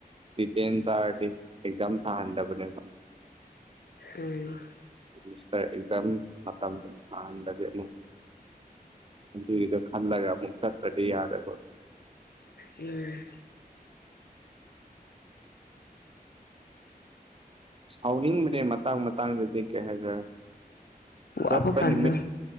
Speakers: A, on the right; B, on the left.
A: ꯗꯤꯇꯦꯟ ꯇꯔꯗꯤ ꯑꯦꯛꯖꯥꯝ ꯊꯥꯟꯗꯕꯅꯦꯕ
B: ꯎꯝ
A: ꯃꯤꯁꯇꯔ ꯑꯦꯛꯖꯥꯝ ꯃꯇꯝꯁꯦ ꯑꯍꯗꯗꯤ ꯑꯃꯨꯛ ꯑꯗꯨꯒꯤꯗꯣ ꯈꯜꯂꯒ ꯑꯃꯨꯛ ꯆꯠꯄꯗꯤ ꯌꯥꯗꯕ
B: ꯎꯝ
A: ꯁꯥꯎꯅꯤꯡꯕꯅꯦ ꯃꯇꯥꯡ ꯃꯇꯥꯡꯗꯗꯤ ꯀꯩ ꯍꯥꯏꯖꯤꯔ
B: ꯋꯥꯕ
A: ꯆꯠꯄ
B: ꯀꯥꯟꯗ
A: ꯅꯨꯃꯤꯠ